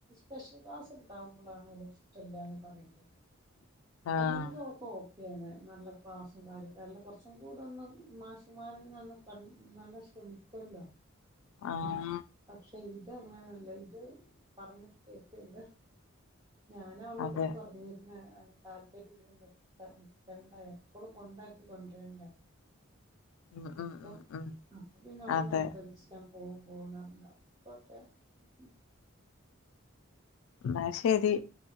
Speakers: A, on the right (about 20°); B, on the left (about 80°).
A: പെഷല് ക്ലാസ് ണ്ടാവുബ്ലാണ് <unintelligible> പറയണ്ടുന്നത്
B: ആഹ്
A: അല്ലെങ്കി ഓൾ ക്കെണ് നല്ല ക്ലാസും കാര്യൊക്കെല്ലാം കുറച്ചും കൂടെ ന്ന് മാശ് മാരിൽ നിന്നും <unintelligible>
B: ആ
A: പക്ഷെ ഇത് അങ്ങനെല്ല ഇത് പറഞ്ഞിട്ട് കേക്ക്ല്ലാ ഞാൻ അവളോട്
B: അതെ
A: പറഞ്ഞിരുന്ന് താല്പര്യം <unintelligible> നിക്കണ്ട എപ്ളും കൊണ്ടാക്കി കൊണ്ടരണ്ടേ
B: ഉം
A: അപ്പൊ
B: ഉം ഉം ഉം
A: അപ്പൊ പിന്നെ ഓൾ
B: അതെ
A: നിർബന്ധിച്ചപ്പോ <unintelligible>
B: ന്നാ ശെരി